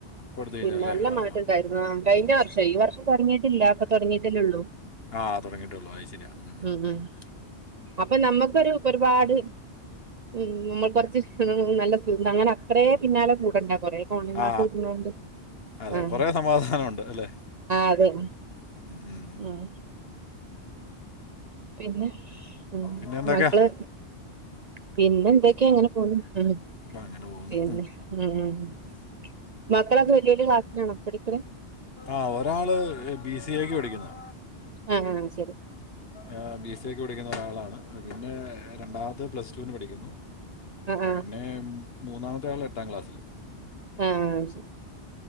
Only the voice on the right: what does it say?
പിന്നെ നല്ല
മാറ്റംണ്ടായിരുന്നു ആഹ് കഴിഞ്ഞ വർഷം ഈ വർഷം തൊടങ്ങിയിട്ടില്ല പ്പ തൊടങ്ങിയിട്ടല്ലേള്ളൂ.
ഉം ഉം അപ്പൊ നമ്മക്കൊരു ഒരുപാട് ഉം നമ്മ കുറച്ച് നല്ല സു അങ്ങനെ അത്രേ പിന്നാലെ കൂടണ്ട കൊറെ ഓൺലൈൻ ക്ലാസ്സ്
കിട്ടുന്നോണ്ട്
ആഹ്
അതെ
ഉം പിന്നെ? ഉം
മക്കള് പിന്നെ എന്തെക്ക്യേ ഇങ്ങനെ പോവ്ന്ന് ഉം ഉം
പിന്നെ ഉം ഉം ഉം മക്കളൊക്കെ വല്യെ വല്യെ ക്ലാസ്സിലാണോ പഠിക്ക്ണ്
അങ്ങനെ ഓഹ് ശരി
ആഹ് ആഹ്
ആഹ് അയ്ശരി